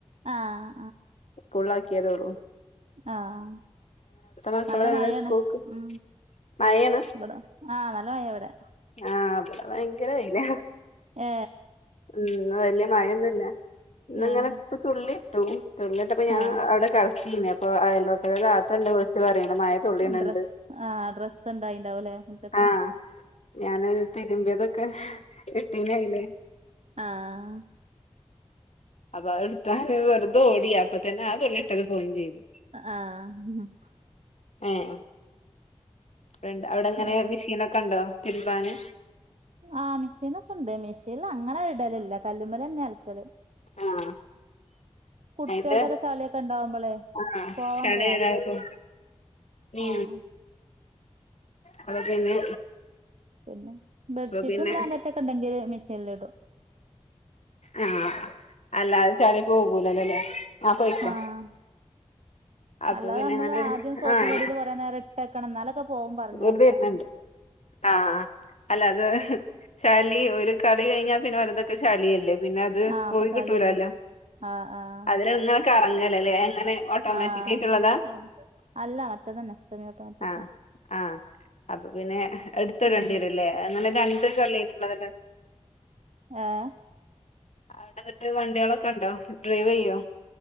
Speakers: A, on the right (about 80°); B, on the left (about 80°).
A: ആഹ്
B: സ്കൂള ആാക്കിയതോള്ളൂ
A: ആഹ
B: മക്കള്
A: നല്ല
B: എങ്ങനെ
A: മഴയാണ്
B: സ്കൂൾക്ക്
A: ഉ
B: മഴയാണ്
A: ഇവിട ആഹ് നല്ല മയ എവിടെ
B: ആഹ് ഇവിടെ ഭയങ്കര വെയിലാ
A: ഏ
B: ഉ വലിയ മയൊന്നുമില്ല ഇന്ന ഇങ്ങനെ
A: ആഹ്
B: ഇപ്പ തുള്ളി തു തുള്ളിട്ടപ്പപ്പോ ഞാൻ
A: ആഹ്
B: അവിടെ കടത്തേരുന്നുഅപ്പൊ അയൽപക്ക ത്തെത്താത്തണ്ട് വിളിച്ചച്ച് പറയാണ് മ ഴതുള്ളി ട്ണണ്ട്
A: ഡ്രസ്സ് ആഹ് ഡ്രസ്സ് ഉണ്ടായിണ്ടാവൂലേ മുറ്റത്ത്
B: ആ ഞൻ തിരുമ്പിതൊക്കെ കെട്ടീന് അയിൽ
A: ആഹ
B: അപ്പൊ അ എടുത്ത വെറുത ഓടിയ അപ്പ തന്നെ ആതള്ളിട്ടത് പോവയും ചെയ്തു
A: ആഹ
B: ഏഹ് ഫ്രണ്ട് അവിടെങ്ങനെ
A: വേറെ
B: മെഷീനൊക്കെ ഉണ്ടോ തിരുമ്പാന്
A: ആഹ മെഷീൻൊക്കെ ഉണ്ട് മെഷീൻ അങ്ങനെ ഇടലില്ല കല്ലുമല തന്നെ ആൾക്കല്
B: ആഹ
A: കുട്ടികളുടെക്കെ
B: ആയിട്ട
A: ചളിയൊക്കെ ഉണ്ടാവുമ്പോളേ
B: ആഹ
A: പോവാൻ
B: ചളി
A: പ്രയാസാ
B: ഏതായിരുന്നു നീ
A: ആഹ്
B: അപ്പൊ പിന്നെ
A: പിന്നെ ബെഡ്ഷീറ്റും
B: അപ്പൊ പിന്നെ
A: ബ്ലാങ്കറ്റ ഒക്കെ ഉണ്ടെങ്കിൽ മെഷീനൽ ഇടും
B: ആഹ അല്ലാതെ ചളി പോകൂലല്ലോല്ലേ ആഹ പോയിക്കോ
A: ആഹ്
B: അപ്പൊ
A: അല്ലാതെ
B: പിന്നെ
A: നമ്മള്
B: അങ്ങനെ
A: ആദ്യം സോപ്പും
B: ആഹ
A: വടിയില് കൊറേ നേരം ഇട്ടേക്കണം എന്നാലൊക്കെ പോവും പറഞ്ഞേക്കാ
B: ഒരു പരനണ്ട് ആഹ അല്ലാ അത ചളി ഒരു കളി കഴിഞ്ഞാ പിന്നെ വറതൊക്കെ ചളിയല്ലേ പിന്നെ അത്
A: ആഹ് ഒക്കെ
B: പോയി
A: ചളിയല്ലേ
B: കിട്ടൂലല്ലോ
A: ആഹ് ആഹ്
B: അതിൽ നിങ്ങളൊക്കെ ഇറങ്ങലല്ലേ അങ്ങനെ ഓട്ടോമാറ്റിക്
A: ആഹ്
B: ആയിട്ടുള്ളതാ
A: അല്ല മറ്റേതന്നെ സെമി ഓട്ടോമാറ്റിക്കാ
B: ആഹ ആഹ അപ്പൊ പിന്നെ എടുത്തിടേണ്ടിരല്ലേ
A: ഉം
B: അങ്ങനെ രണ്ട് തള്ളീട്ടുള്ളത്ല്ല
A: ആഏ
B: അവിടെ എന്നിട്ട് വണ്ടികളൊക്കെ ഉണ്ടോ ഡ്രൈവ് ചെയ്യോ